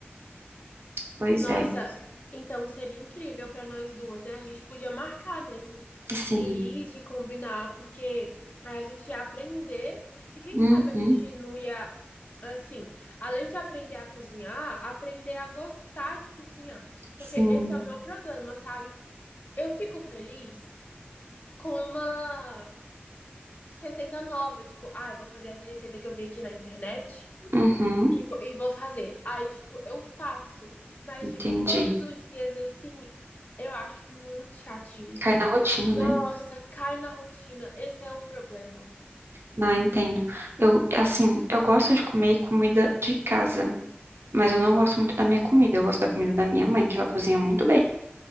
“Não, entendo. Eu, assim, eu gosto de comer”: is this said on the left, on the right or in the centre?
Right